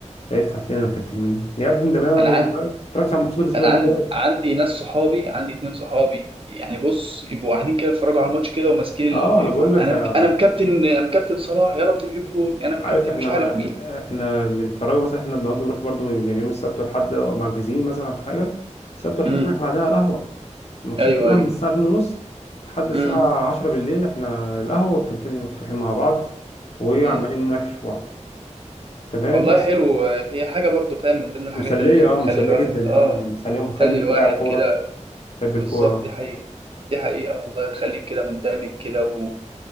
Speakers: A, on the left; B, on the right.
A: لا يفتح لنا مكتمين يا ابني ده ما
B: انا
A: ما اتفرجتش على الماتشات الاسبوع
B: انا
A: اللي
B: عندي
A: فات
B: عندي ناس صحابي عندي اتنين صحابي يعني بص يبقوا قاعدين كده يتفرجوا على الماتش كده وماسكين
A: اه
B: التليفون
A: انا بقول لك
B: انا
A: آه،
B: مك... انا مكابتن انا مكابتن صلاح يا رب يجيب جول انا مكابتن
A: عارف احنا
B: مش عارف
A: ما
B: مين
A: احنا بنتفرج مثلا احنا بنقعد نروح برضو يعني يوم السبت والحد مأجزين مثلا في حاجه السبت والحد
B: امم
A: بقى احنا قاعدين على القهوه الماتشات
B: ايوه
A: كلها
B: ايوه
A: من الساعه 2 ونص لحد الساعه
B: امم
A: 10 بالليل احنا القهوه والفانتازي مفتوحين مع بعض وعمالين
B: امم
A: نناقش في بعض انت فاهم
B: والله
A: بس
B: حلو هي حاجه برضو فاهم من ضمن الحاجات
A: مسليه
B: اللي بتخلي
A: اه مسليه
B: الواحد
A: جدا
B: اه
A: اه يعني مسليه وبتخليك
B: بتخلي الواحد
A: تتابع الكوره
B: كده
A: تحب الكوره
B: بالظبط دي حقيقه دي حقيقه والله تخليك كده مندمج كده و...